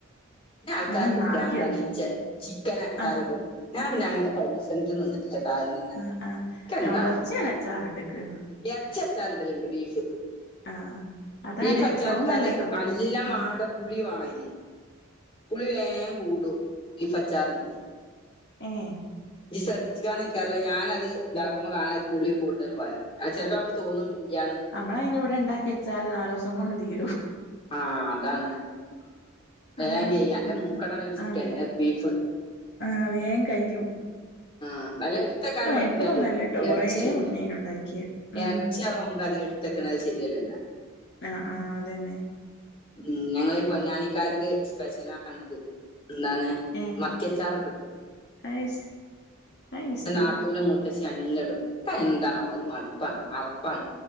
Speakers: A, on the left; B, on the left.
A: പിന്നെ ആൾക്കാർക്ക്
B: അങ്ങനൊന്ന്
A: പിരന്താണ്
B: ആക്കിയോ
A: ച്ചേ ചിക്കൻ അച്ചാർടും
B: ആഹ്
A: ഞാൻ പിന്നെ അങ്ങനത്തെ പരീക്ഷ നിന്നിട്ടില്ല ആദ്യം തന്നെ
B: ആഹ്
A: ക്ക്
B: ആഹ്
A: എന്താവും
B: എറച്ചി ഞാൻ അച്ചാറിട്ട്ക്ക്
A: എറച്ചി അചാർ ഇടലുണ്ട് ബീഫ്.
B: ആഹ് അതാണ്
A: ബിഫ് അച്ചാറ്
B: ഇപ്പളൊന്നല്ലട്ടോ
A: ടല് നലംമണടോ
B: ഉം
A: പുളി വേണം അതിന് പുളി വേ കൂടും ബിഫ്ച്ചാറിന്.
B: ആഹ്
A: ശ്രദ്ധിച്ചിക്കാണ് നിനിക്കാറില്ല ഞാന് അത് ഇതാക്കുമ്പോൾ കാണാൻ പുള്ളി കൂടുതൽ പലോ ചോലപ്പം നമുക്ക് തോന്നും ഇലന്ന്.
B: നമ്മള അതിന് ഇവിടെ ഉണ്ടാക്കി വെച്ചാല് നാല് ദിവസം കൊണ്ട് തീരും.
A: ആഹ് അതാണ്.
B: <inaudible>
A: വേഗം ക്യയ എന്റെ
B: കൂടു
A: മൂക്കണല്ല ചിക്കൻ
B: ആ
A: ബീഫ്
B: ആ വേ കയും.
A: ആ നല്ല എടുത്തക്കാനും പറ്റില്ല
B: എപ്പഴൊന്നല്ലട്ടോ
A: അത് ഇറച്ചല്ലേ
B: കൊറേ മുന്നേനു ഉണ്ടാക്കിയത് ഉം
A: ഇറച്ചയാകമ അത് തെക്കണ അത് ശരിയല്ലാല്ലോ
B: ആ ആ അതന്നെ,
A: ഉം ഞങ്ങളീ പൊന്നാനിക്കാർക്ക് സ്പെഷ്യല ആണത് എന്താണ്?
B: ഏ
A: മത്യാച്ചാറൊക്കെടും
B: അത് ഇഷ് അത് ഇഷ്ടല്ല
A: നാത്തുവിന മു പക്ഷെ ല്ലടുംക്ക് എന്താണ് ഒരു മടുപ്പാണ് അറപ്പാണ്.